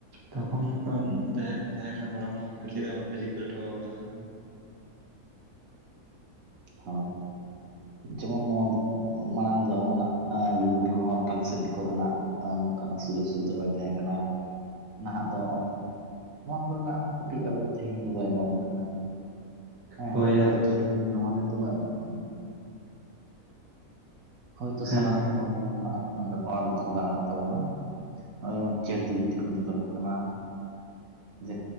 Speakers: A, on the right; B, on the right.
A: ᱛᱚᱠᱷᱚᱱ ᱠᱷᱚᱱ ᱡᱟᱦᱟᱸᱭ ᱠᱚ ᱛᱟᱦᱮᱸ ᱠᱟᱱᱟ ᱜᱚᱲᱚᱢ ᱦᱟᱲᱟᱢ ᱵᱩᱲᱤ ᱪᱮᱫᱟᱜ ᱵᱟᱠᱚ ᱡᱤᱛᱟᱹᱣ ᱦᱚᱴᱚ ᱟᱠᱟᱫᱟ ᱠᱚ?
B: ᱦᱳᱭ ᱡᱮᱢᱚᱱ ᱱᱚᱣᱟ ᱫᱚ ᱢᱟᱲᱟᱝ ᱫᱚ ᱟᱵᱚᱱᱟᱜ-ᱟ ᱵᱷᱩᱞ᱾ ᱨᱮᱦᱚᱸ ᱛᱟᱞ ᱥᱟᱞᱤᱴ ᱠᱚ ᱨᱮᱱᱟᱜ ᱱᱚᱝᱠᱟᱱᱟᱜ ᱥᱩᱡᱳᱜᱽ ᱥᱩᱵᱤᱫᱷᱟ ᱵᱟᱭ ᱛᱟᱦᱮᱸ ᱠᱟᱱᱟ ᱱᱟᱦᱜ ᱫᱚ ᱱᱚᱣᱟ ᱠᱚ ᱨᱮᱱᱟᱜ ᱦᱚᱸ ᱠᱟᱹᱴᱤᱡ ᱟᱵᱚ ᱛᱮᱦᱮᱧ ᱜᱚᱫᱚᱭ ᱮᱢᱟᱵᱚᱱ ᱠᱟᱱᱟ ᱾ ᱦᱮᱸ,
A: ᱦᱳᱭ
B: ᱛᱚ
A: ᱮᱠᱫᱚᱢ
B: ᱛᱮᱦᱮᱧ ᱱᱚᱣᱟ ᱨᱮ ᱛᱤᱱᱟᱹᱜ ᱮᱢ ᱦᱳᱭᱛᱚ
A: ᱦᱮᱸ
B: ᱥᱟᱱᱟᱢ ᱦᱚᱲ ᱱᱚᱣᱟ ᱨᱮᱱᱟᱜ ᱵᱮᱵᱚᱦᱟᱨ ᱵᱟᱠᱚ ᱵᱟᱲᱟᱭᱮᱫ ᱛᱟᱵᱚᱱᱟ ᱾ ᱱᱚᱜᱼᱚᱭ ᱡᱮᱢᱚᱱ ᱪᱟᱹᱴᱡᱤᱵᱩᱴᱤ ᱠᱚ ᱧᱮᱞᱚᱜᱚᱜ ᱠᱟᱱᱟ ᱡᱮ